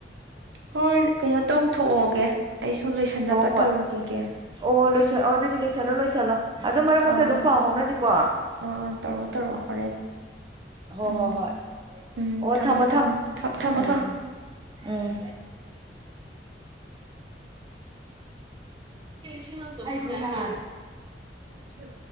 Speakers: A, on the right (about 85°); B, on the right (about 25°).
A: ꯍꯣꯏ ꯀꯩꯅꯣ ꯇꯧꯊꯣꯛꯑꯣꯒꯦ ꯑꯩꯁꯨ ꯂꯣꯏꯁꯟꯅꯕ
B: ꯍꯣꯏ ꯍꯣꯏ
A: ꯇꯧꯔꯨꯈꯤꯒꯦ
B: ꯑꯣ ꯂꯣꯏꯁꯜ ꯑꯗꯨꯗꯤ ꯂꯣꯏꯁꯤꯜꯂꯣ ꯂꯣꯏꯁꯤꯜꯂꯣ ꯑꯗꯨ ꯃꯔꯛ ꯃꯔꯛꯇ
A: ꯑꯥ
B: ꯑꯗꯨꯝ ꯄꯥꯎ ꯍꯧꯥꯎꯅꯁꯤꯀꯣ
A: ꯑꯥ ꯑꯥ ꯇꯧꯔꯣ ꯇꯧꯔꯣ ꯍꯣꯔꯦꯟ
B: ꯍꯣ
A: ꯎꯝ
B: ꯍꯣ ꯍꯣꯏ
A: ꯎꯝ
B: ꯑꯣ
A: ꯊꯝꯃꯦ
B: ꯊꯝꯃꯣ
A: ꯊꯝꯃꯦ
B: ꯊꯝꯃ
A: ꯊꯝꯃꯣ
B: ꯎꯝꯝ
A: ꯊꯝꯃꯣ
B: ꯎꯝ ꯆ
A: ꯈ